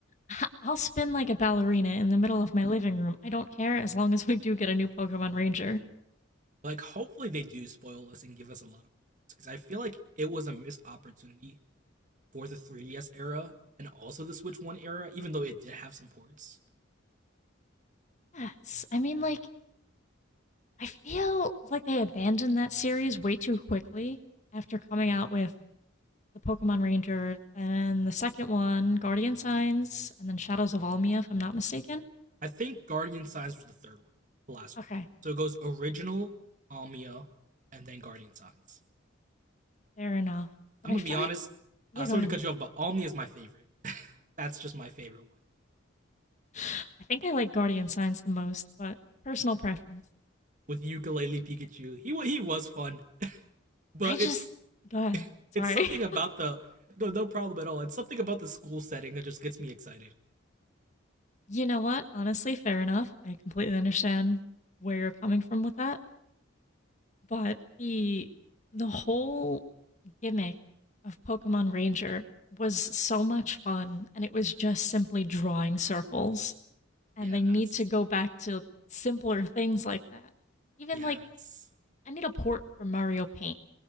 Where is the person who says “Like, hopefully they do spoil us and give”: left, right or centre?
Right